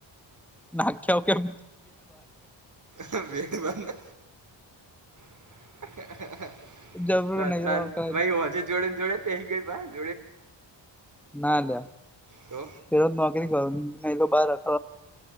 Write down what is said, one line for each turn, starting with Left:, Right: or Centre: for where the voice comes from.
Centre: નાખ્યા કેમ?
Right: બે બંધ <inaudible>
Centre: જબરું
Right: એલા
Centre: નૈરો
Right: તાર
Centre: હકલાય
Right: ભાઈ ઓજે જોડે ને જોડે પેહી ગઈ ભાઈ,
Centre: ના લ
Right: તો
Centre: તે રોજ નોકરી કરું, એ બારખ